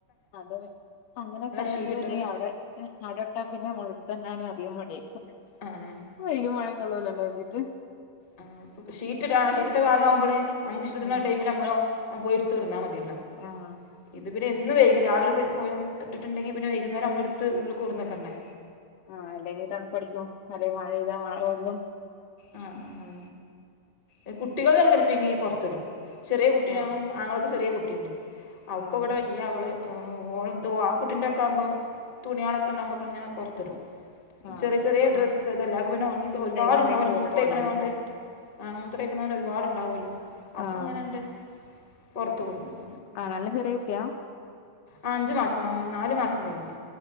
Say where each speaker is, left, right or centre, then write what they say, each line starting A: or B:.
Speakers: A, on the left; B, on the left.
A: അതെ ഇപ്പൊ അങ്ങനെ സ്ഥലുണ്ട്ന്നുണ്ടെങ്കി
B: ഷീറ്റിട്ട
A: അവിടെ അവിടോട്ടാ പിന്നെ നമ്മളെ എടുത്തോണ്ടാൻ അധികം മടിയേക്കും
B: ആഹ്
A: വെയിലും മഴയും കൊള്ളൂലല്ലോ അതിട്ട്
B: ആ അപ്പൊ ഷീറ്റ് ഇട്ട ആ ഷീറ്റിട്ട ഭാഗാവുമ്പൊള് നമുക്ക് ഇഷ്ടത്തിനുള്ള
A: ഉം
B: ടൈമിൽ നമ്മളോ ആ പോയി എടുത്ത് കൊടുന്നാൽ മതിയല്ലോ.
A: ആഹ്
B: ഇത് പിന്നെ എന്നും വൈകും രാവിലെ ഇത് ഒരു ഇട്ടിട്ടുണ്ടെങ്കിൽ പിന്നെ വൈകുന്നേരം നമ്മള് എടുത്ത് ഉള്ളിൽ കൊടന്നെക്കണ്ടേ.
A: ആ അല്ലെങ്കി തണുപ്പടിക്കും അല്ലെ മഴെയ്താ മഴകൊള്ളും
B: ആ ആ ആ കുട്ടികൾടെത് ചെലപൊങ്കി പൊറത്തിടും ചെറിയ കുട്ടിനാകും
A: ആഹ്
B: ആങ്ങളക്ക്‌ ചെറിയ കുട്ടിണ്ട് അപ്പോവിടെ
A: ആഹ്
B: ഈ അവൾ ഓൾടെ <unintelligible> കുട്ടിൻ്റെ ഒക്കെ ആകുമ്പം തുണികളൊക്കെ ഇണ്ടാവുമ്പോക്കെ അങ്ങനെ പൊറത്തിടും
A: ആഹ്
B: ചെറിയ ചെറിയ
A: ഒന്ന്
B: ഡ്രസ്സ് ഇതെല്ലാം ഒക്കെ പിന്നെ ഓണങ്ങിക്ക ഒരുപാടുണ്ടാവുല്ലോ
A: വെയിലുണ്ടെങ്കി വെയിലൊക്കെ
B: മൂത്രയിക്കണേനുകൊണ്ട്
A: കൊള്ളാനല്ലേ
B: ആ മൂത്രയിക്കണോണ്ട് ഒരുപാടുണ്ടാവുല്ലോ അപ്പോ
A: ആഹ്
B: അങ്ങനെയണ്ട് പുറത്ത് കൊണ്ടന്നിടും
A: ആ നല്ല ചെറിയ കുട്ടിയാ
B: ആ അഞ്ചു മാസം നാലു മാസം കഴിഞ്ഞ്